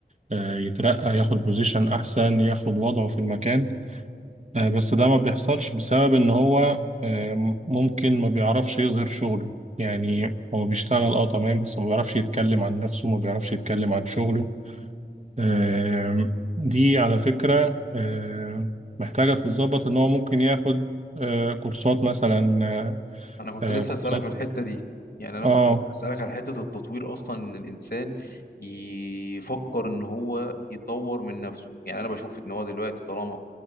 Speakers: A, on the right; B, on the left.
A: آه، يترقى ياخد بوزيشن أحسن ياخد وضعه في المكان آه، بس ده ما بيحصلش بسبب إن هو آه، ممكن ما بيعرفش يظهر شغله يعني هو بيشتغل اه تمام بس ما بيعرفش يتكلم عن نفسه ما بيعرفش يتكلم عن شغله آه، دي على فكرة آه، محتاجة تتظبط إن هو ممكن ياخد آه، كورسات مثلا آه،
B: انا كنت
A: آه،
B: لسه
A: كورسات
B: هسألك في الحتة دي يعني انا
A: اه
B: كنت هسألك على حتة التطوير اصلا ان الانسان يفكر ان هو يطور من نفسه يعني انا بشوف ان هو دلوقتي طالما